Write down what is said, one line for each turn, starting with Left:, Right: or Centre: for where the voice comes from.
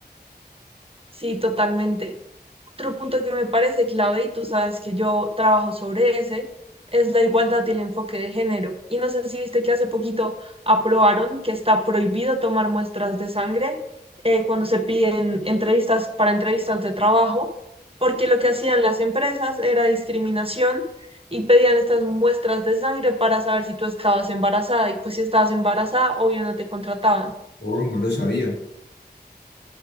Right: Sí, totalmente. Otro punto que me parece clave, y tú sabes que yo trabajo sobre ese, es la igualdad y el enfoque de género. Y no sé si viste que hace poquito aprobaron que está prohibido tomar muestras de sangre eh, cuando se piden entrevistas para entrevistas de trabajo, porque lo que hacían las empresas era discriminación y pedían estas muestras de sangre para saber si tú estabas embarazada. Y pues si estabas embarazada, obvio no te contrataban.
Left: Oh, no lo sabía.